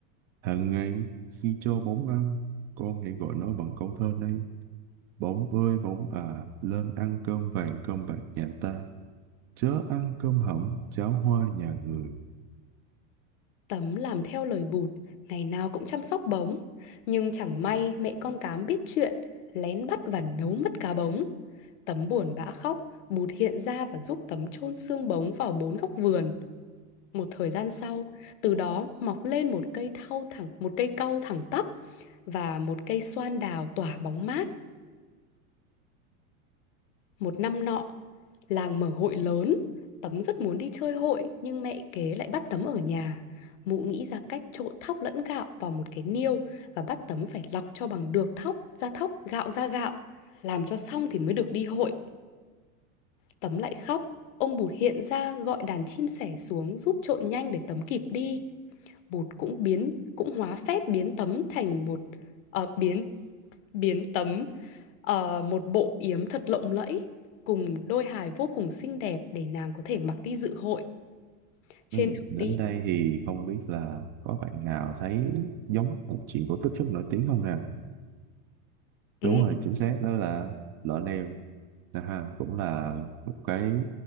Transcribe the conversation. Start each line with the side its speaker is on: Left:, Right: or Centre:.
Right: Hàng ngày, khi cho bóng ăn, con hãy gọi nó bằng câu thơ này. Bỗng ơi bỗng à, lên ăn cơm vàng cơm bạc nhà ta, chớ ăn cơm hẩm cháo hoa nhà người.
Left: Tấm làm theo lời bụt, ngày nào cũng chăm sóc bóng. Nhưng chẳng may mẹ con cám biết chuyện, lén bắt và nấu mất cá bóng. Tấm buồn bã khóc, bụt hiện ra và giúp tấm chôn xương bóng vào bốn góc vườn. Một thời gian sau, từ đó mọc lên một cây thau thẳng, một cây cau thẳng tắp và một cây xoan đào tỏa bóng mát. Một năm nọ, làng mở hội lớn, Tấm rất muốn đi chơi hội nhưng mẹ kế lại bắt Tấm ở nhà. Mụ nghĩ ra cách trộn thóc lẫn gạo vào một cái niêu và bắt Tấm phải lọc cho bằng được thóc ra thóc, gạo ra gạo. Làm cho xong thì mới được đi hội. Tấm lại khóc. Ông Bụt hiện ra gọi đàn chim sẻ xuống giúp trộn nhanh để Tấm kịp đi. Bụt cũng biến, cũng hóa phép biến Tấm thành một, ờ, biến biến tấm ờ, một bộ yếm thật lộng lẫy cùng đôi hài vô cùng xinh đẹp để nàng có thể mặc đi dự hội trên
Right: Ừ,
Left: đường
Right: đến
Left: đi
Right: đây thì không biết là có bạn nào thấy giống một chuyện cổ tích rất nổi tiếng không nè?
Left: ừ,
Right: Đúng rồi, chính xác đó là Lọ Lem. À ha, cũng là một cái